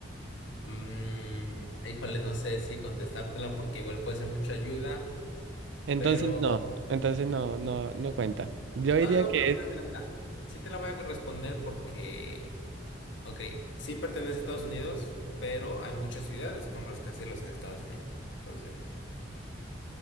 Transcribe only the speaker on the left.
Mm, híjole, no sé si contestártela porque igual puede ser mucha ayuda,
pero...
No, no, no,
pero mira,
mira, mira. Sí te la voy a responder porque, ok, sí pertenece a Estados Unidos, pero hay muchas ciudades con rascacielos en Estados Unidos. Entonces,